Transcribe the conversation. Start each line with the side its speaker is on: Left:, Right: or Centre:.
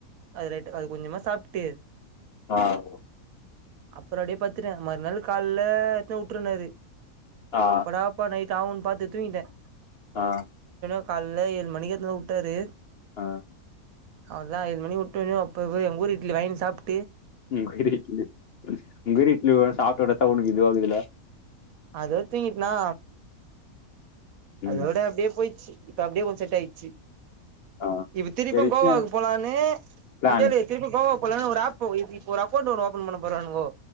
Right: அது ரைட்டு அது கொஞ்சமா சாப்பிட்டு
Left: ஆஹ்
Right: அப்புறம் அப்டியே பத்துட்டேன் மறுநாள் கால்லா எடுத்து வுட்டுருனாரு
Left: ஆ
Right: எப்படா பா நைட் ஆவுன்னு பாத்து தூங்கிட்டேன்
Left: ஆ
Right: <unintelligible> காலையில ஏழு மணிக்கு எத்துனு விட்டாரு
Left: ஆஹ
Right: அதான் எழு மணி விட்டுணும் அப்பவோ எங்க ஊர் இட்லி வங்கி சாப்பிட்டு
Left: உம் <unintelligible> உங்கரி இட்லி சாப்டவத்தா உனக்கு இது ஆகுதுல
Right: அது வச்சீங்கிட்டுனா
Left: ம்
Right: அதோட அப்டியே போயிச்சி இப்ப அப்டியே கொஞ்சே செட் ஆயிடுச்சி
Left: ஆ
Right: இப்ப திருப்பும்
Left: சரி விஷ்ணு
Right: கோவாவுக்கு போலான்னு
Left: பிளானு
Right: இத கேலு திருப்பி கோவா ஒரு ஆப் இப்ப ஒரு அக்கௌண்ட் ஒன்னு ஓபன் பண்ண போறானுங்கோ